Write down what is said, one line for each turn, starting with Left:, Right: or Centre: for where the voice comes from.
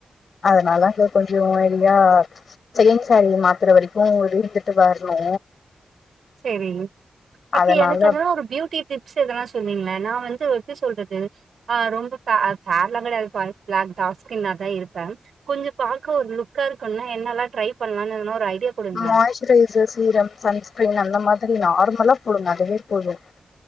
Left: அதனால இவ்ளோ கொஞ்சோ இர்லியா செகண்ட் சாரி மாத்ர வரைக்கு இருந்துட்டு வர்ணு
Right: சேரி ஒகே
Left: அதனால
Right: எனக்கு என்னனா ஒரு பியூட்டி டிப்ஸ் எதனா சொல்விங்ள நா வந்து எப்டி சொல்றது அ ரொம்ப ஃபே‌ அ ஃபேர்லா கடையாதுப்பா பிளாக் டார்க் ஸ்கின்னா தா இருப்ப கொஞ்சோ பாக்க ஒரு லுக்கா இருக்குன்னா என்னல்லா ட்ரை பண்லான்னு எதனா ஒரு ஐடியா குடுங்க
Left: மாய்ஸ்ரைசர் சீரம் சன்ஸ்கிரீன் அந்த மாதிரி நார்மலா போடுங்க அதுவே போதும்